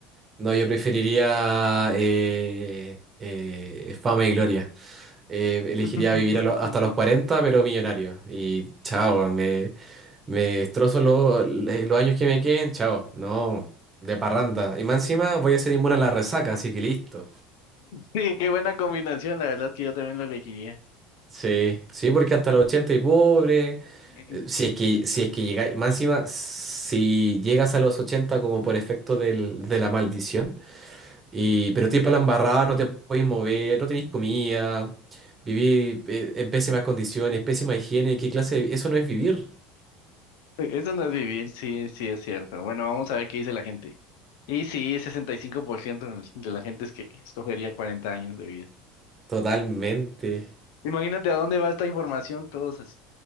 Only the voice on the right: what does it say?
no, yo preferiría eh, eh, fama y gloria. Eh,
elegiría vivir a lo- hasta los 40, pero millonario. Y chao, me, me destrozo lo- le- los años que me queden, chao. No, de parranda. Y más encima voy a ser inmune a la resaca, así que listo.
Sí, sí, porque hasta los 80 y pobre.
eh, Si es que, si es que llegáis, más encima, si llegas a los 80 como por efecto del- de la maldición, y, pero estoy para la embarrada, no te podéis mover, no tenéis comida, vivís eh, en pésimas condiciones, pésima higiene, ¿qué clase de- Eso no es vivir.
Totalmente.